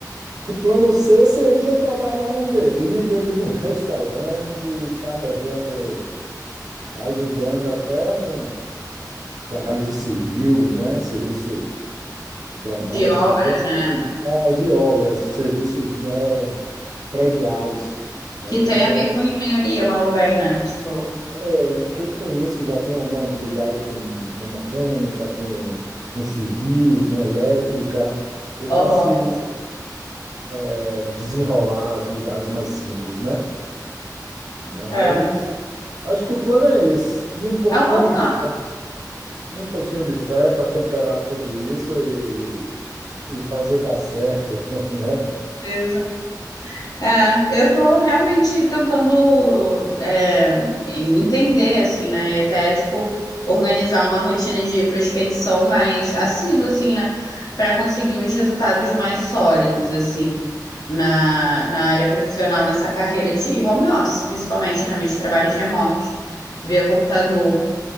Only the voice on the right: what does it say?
e plano C seria trabalhar num delivery, num <laughs> restaurante, carregando, ajudando até um trabalho de civil, né? Serviço doméstico,
doméstico,
não, de obras, serviços, né, prediais, né,
que
são
É, que eu conheço já tem alguma habilidade com, com mecânica, com, com civil, com elétrica. Eu
consigo é, desenrolar atividades mais simples, né? Mas
acho que o plano é esse. E um pouquinho
de, fé- e um pouquinho de fé para temperar tudo isso e, e, e fazer dar certo, <laughs> né?